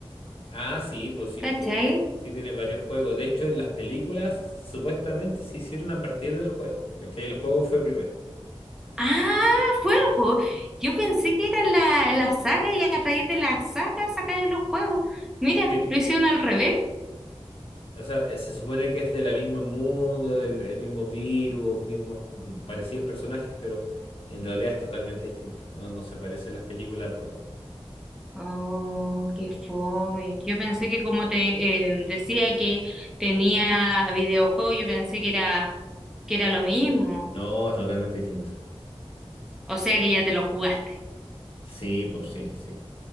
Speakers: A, on the left; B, in the centre.
A: Ah, sí, pues sí,
B: ¿cachai?
A: eh, sí tiene varios juegos. De hecho, en las películas supuestamente se hicieron a partir del juego, ¿cachai? El juego fue primero.
B: Ah, fue el juego. Yo pensé que era la, la saga y a raíz de la saga sacaron los juegos. Mira,
A: Sí,
B: lo hicieron al revés.
A: o sea, eh, se supone que es del mismo mundo, el, el mismo virus, mismos mm, parecidos personajes, pero en realidad es totalmente distinto. No, no se parece en las películas al juego.
B: Oh, qué fome. Yo pensé que como te eh, decía que tenía videojuego, yo pensé que era, que era lo mismo.
A: No, es totalmente distinto.
B: O sea que ya te lo jugaste.
A: Sí, pues sí, sí.